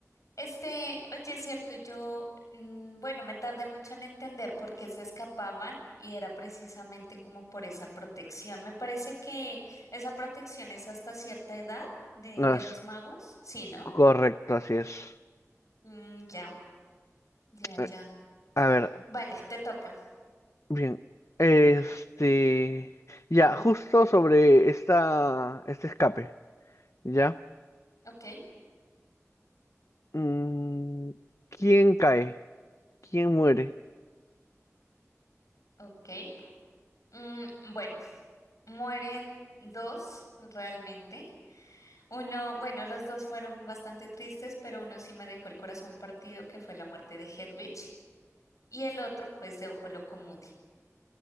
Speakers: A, on the left (about 80°); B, on the left (about 65°).
A: Este, oye, es cierto, yo, mm, bueno, me tardé mucho en entender por qué se escapaban y era precisamente como por esa protección. Me parece que esa protección es hasta cierta edad de,
B: As-
A: de los magos, ¿sí, no?
B: Correcto, así es.
A: Mm, ya, ya,
B: Eh,
A: ya.
B: A ver,
A: Vale, te toca.
B: bien. Este, ya, justo sobre esta, este escape, ¿ya?
A: Ok,
B: Mm, ¿quién cae? ¿Quién muere?
A: ok. Mm, bueno, mueren dos realmente. Uno, bueno, los dos fueron bastante tristes, pero uno sí me dejó el corazón partido, que fue la muerte de Hedwig. Y el otro, pues, de Ojo Loco Moody.